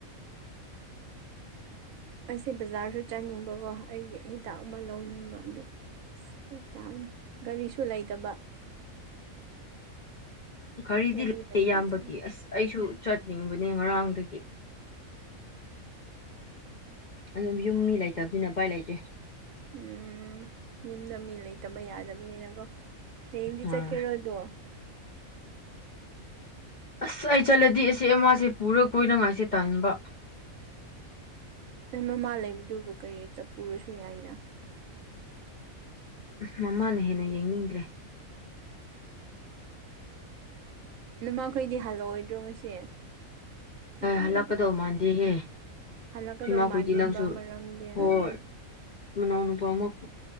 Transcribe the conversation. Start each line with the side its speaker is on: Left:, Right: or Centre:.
Right: ꯑꯩꯁ ꯕꯖꯥꯔꯁꯨ ꯆꯥꯅꯤꯡꯕꯀꯣ ꯑꯩꯒꯤ ꯍꯤꯗꯥꯛ ꯑꯃ ꯂꯧꯅꯤꯡꯕ ꯑꯗꯨ ꯑꯁ ꯐꯔꯛ ꯇꯥꯕꯅꯦ ꯒꯥꯔꯤꯁꯨ ꯂꯩꯇꯕ
Left: ꯒꯥꯔꯤꯗꯤ
Right: ꯒꯥꯔꯤ
Left: ꯂꯩꯌꯦ
Right: ꯂꯩꯔꯤꯗꯤ
Left: ꯏꯌꯥꯝꯕꯒꯤ ꯑꯁ ꯑꯩꯁꯨ ꯆꯠꯅꯤꯡꯕꯅꯦ ꯉꯔꯥꯡꯗꯒꯤ ꯑꯗꯨꯝ ꯌꯨꯝ ꯃꯤ ꯂꯩꯇꯕꯅꯤꯅ ꯎꯄꯥꯏ ꯂꯩꯇꯦ
Right: ꯎꯝ ꯌꯨꯝꯗ ꯃꯤ ꯂꯩꯇꯕ ꯌꯥꯗꯕꯅꯤꯅꯀꯣ ꯍꯌꯦꯡꯗꯤ
Left: ꯑꯥ
Right: ꯆꯠꯀꯦꯔꯣꯗꯣ
Left: ꯑꯁ ꯑꯩ ꯆꯠꯂꯗꯤ ꯑꯁꯤ ꯃꯥꯁꯦ ꯄꯨꯔ ꯀꯣꯏꯅꯉꯥꯏꯁꯦ ꯇꯟꯕ
Right: ꯎꯝ ꯃꯃꯥ ꯂꯩꯕꯗꯨꯕꯨ ꯀꯔꯤ ꯆꯞꯄꯨꯔꯁꯨ ꯌꯥꯏꯅ
Left: ꯎ ꯃꯃꯥꯅ ꯍꯦꯟꯅ ꯌꯦꯡꯅꯤꯡꯗ꯭ꯔꯦ
Right: ꯅꯃꯈꯣꯏꯗꯤ ꯍꯜꯂꯛꯑꯣꯏꯗ꯭ꯔꯣ ꯉꯁꯤ ꯅꯃꯥꯒꯗ
Left: ꯍꯜꯂꯛꯀꯗꯧ ꯃꯥꯟꯗꯦꯍꯦ
Right: ꯍꯜꯂꯛꯀꯗꯧ
Left: ꯏꯃꯥꯈꯣꯏꯗꯤ
Right: ꯃꯥꯟꯗꯦꯕ
Left: ꯅꯪꯁꯨ
Right: ꯃꯔꯝꯗꯤ
Left: ꯍꯣꯏ
Right: ꯎꯝ
Left: ꯃꯅꯥꯎꯅꯨꯄꯥꯃꯛ